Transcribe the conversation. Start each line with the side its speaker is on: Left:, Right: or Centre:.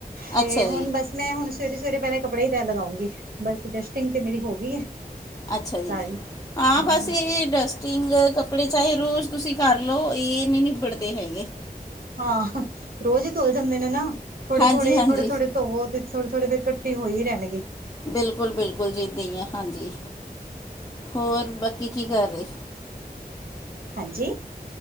Right: ਤੇ
Left: ਅੱਛਾ
Right: ਹੁਣ
Left: ਜੀ
Right: ਬਸ ਮੈਂ ਹੁਣ ਸਵੇਰੇ ਸਵੇਰੇ ਪਹਿਲੇ ਕੱਪੜਾ ਹੀ ਤੈ ਲਗਾਉਂਗੀ। ਬਸ ਜਸਟਿੰਗ ਤੇ ਮੇਰੀ ਹੋ ਗਈ ਹੈ।
Left: ਅੱਛਾ ਜੀ
Right: ਸਾਰੀ।
Left: ਆਂ
Right: ਹੁਣ
Left: ਬਸ ਇਹ ਡਸ ਸਟਿੰਗ ਕੱਪੜੇ ਚਾਹੇ ਰੋਜ਼ ਤੁਸੀਂ ਕਰ ਲਓ ਇਹ ਨਹੀਂ ਨਿਬੜਦੇ ਹੈਗੇ।
Right: ਹਾਂ ਰੋਜ਼ ਹੀ ਧੁਲ ਜਾਂਦੇ ਨੇ ਨਾ ਥੋੜੇ-
Left: ਹਾਂਜੀ
Right: ਥੋੜੇ
Left: ਹਾਂਜੀ
Right: -ਥੋੜੇ- ਥੋੜੇ ਧੋਵੋ ਉਹ ਥੋੜੇ -ਥੋੜ੍ਹੇ ਇਕੱਠੇ ਹੋਈ ਰਹਿਣਗੇ।
Left: ਬਿਲਕੁਲ -ਬਿਲਕੁਲ ਜੀ ਇੱਦਾਂ ਹੀ ਆ ਹਾਂਜੀ ਹੋਰ ਬਾਕੀ ਕੀ ਕਰ ਰਹੇ।
Right: ਹਾਂਜੀ